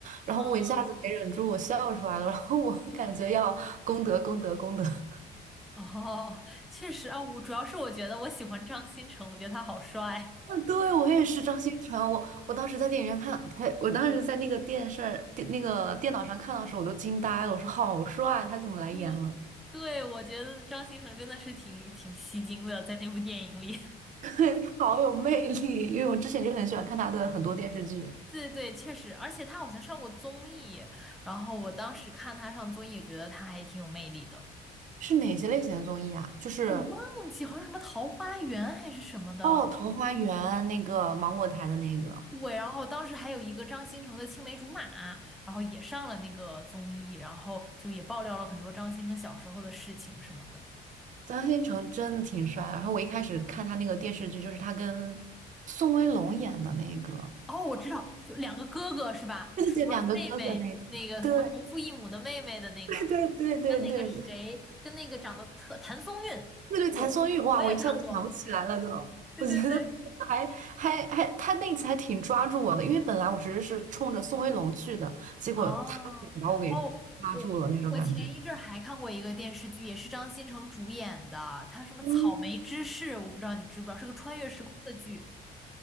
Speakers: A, on the right (about 50°); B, in the centre.
A: 然后我一下子没忍住，
B: 嗯，
A: 我笑出来了。<laughs> 然后我感觉要功德功德功德。<laughs>
B: 哦，确实啊，我主要是我觉得我喜欢张新成，我觉得他好帅。
A: 嗯，对，我也是张新成。我我当时在电影院看，呸，我当时在那个电视电那个电脑上看到的时候，我都惊呆了。我说好帅，他怎么来演了？
B: 对，对，我觉得张新成真的是挺挺吸睛的，在那部电影里。
A: <laughs> 好有魅力，因为我之前就很喜欢看他的很多电视剧。
B: 对对，确实，而且他好像上过综艺，然后我当时看他上综艺，也觉得他还挺有魅力的。
A: 是哪些类型的综艺啊？就是
B: 我忘记好像什么《桃花源》还是什么的，
A: 哦，桃花源那个芒果台的那个
B: 对。然后当时还有一个张新成的青梅竹马，然后也上了那个综艺，然后就也爆料了很多张新成小时候的事情什么的。
A: 张新成真的挺帅的。然后我一开始看他那个电视剧，就是他跟宋威龙演的那个，
B: 哦，我知道，就两个哥哥是吧？
A: 对对对，
B: 什么妹妹，
A: 两个哥哥那个，
B: 那个什么同父异母的妹妹的那个，
A: 对 <laughs> 对对对对
B: 跟那个谁，跟那个长得特谭松韵，
A: 对个谭松韵，
B: 对，
A: 哇，
B: 我也看过。
A: 我一下子想不起来了都。
B: 对对对，
A: 我觉得还还还，他那次还挺抓住我的，因为本来我其实是冲着宋威龙去的，结果他给把我给抓住了那种感觉。
B: 哦哦，我我我前一阵儿还看过一个电视剧，也是张新成主演的，他什么《草莓芝士》，
A: 嗯，
B: 我不知道你知不知道，是个穿越时空的剧，